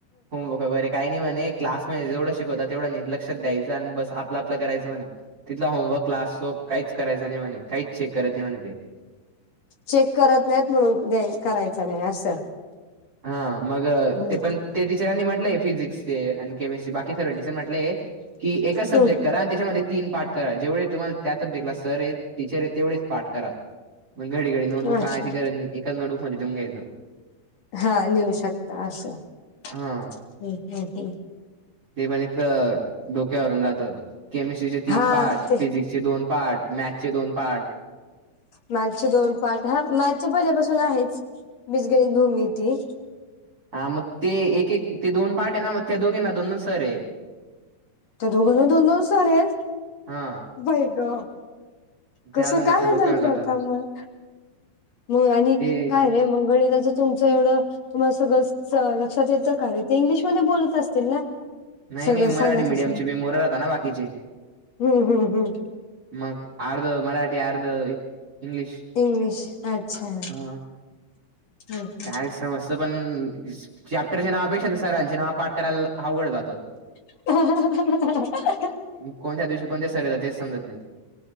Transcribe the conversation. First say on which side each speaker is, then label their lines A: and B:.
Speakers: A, on the right; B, on the left.
A: होमवर्क वगैरें कांहीं नाहीं म्हणे क्लांस मध्यें जेवढं शिकवतां तेवढं लक्षांत द्यायचं आणि बसं आपलं आपलं करायचं म्हंणे. तिथलां होमवर्क क्लासं कांहीं चं करांयचा नाहीं म्हंणे कांहीं चं चेक करायचं नाहीं म्हंणे ते.
B: चेक करतं नाहींतं म्हणूंन द्यां करायचं नाहीं असं.
A: हां मंग
B: हम्म
A: ते पणं ते टीचरांनी म्हटलंय फिजिक्सचे आणि केमिस्ट्री बाकी सर्व टीचरं म्हटले आहे की एकां सब्जेक्ट
B: हम्म
A: करां आणि त्यांच्यामध्यें तीनं पाठ करां जेवढे तुम्हांला त्यां सब्जेक्टला सरं आहेतं टीचरं आहे तेवढेचं पाठ करां. मंग घडी घडी नोटबुंक
B: हम्म अच्छा
A: आणांयची गरजं नाहीं. एकाचं नोटबुकमध्यें लिहूंन घ्यायचं.
B: हां लिऊं शकतां असं हम्मं
A: हा.
B: हम्मं हम्मं.
A: ते गणित चं डोक्यांवरूंन जातं. केमिस्ट्रीचे तीनं
B: हा
A: पार्ट
B: ते
A: फिजिक्स चे दोन पार्ट मॅथ चे दोन पार्ट‌.
B: मॅथ्स चे दोन पांठ हां मांत्र पहिल्यांपासून आहेचं. बीज गणित भूमीती.
A: हां मंग ते एक एक ते दोन पाठ आहे नां मगं त्यां दोघींना दोन दोन सरं आहेतं.
B: तर दोघीनां दोन दोन सर आहेत.
A: हा
B: बाई गं!
A: ते
B: कसं
A: अजून जास्त
B: काय हॅण्डल
A: डोक्यावर जातं
B: करता. मग मग आणि
A: ते
B: काय रे मग गणितच तुमचं एवढं तुम्हाला सगळं लक्षात येतं का रे इंग्लिशमध्ये बोलत असतील ना!
A: नाही
B: सगळं
A: नाही मराठी
B: सांगत
A: मीडिय
B: असेल
A: मिडीयम चे बी पोर राहताना बाकीचे.
B: हम्म हम्म हम्म
A: मग आर्ध मराठी आर्ध इंग्लिश
B: इंग्लिश अच्छा!
A: हा
B: हम्म, हम्म.
A: काय समजय पण चॅप्टरचे नावापेक्षा सरांचे नाव पाठ करायला. आवघडं जातं.
B: हंहंहहह आ
A: मग कोणत्या दिवशी कोणते सर‌ येतात. तेच समजत नाही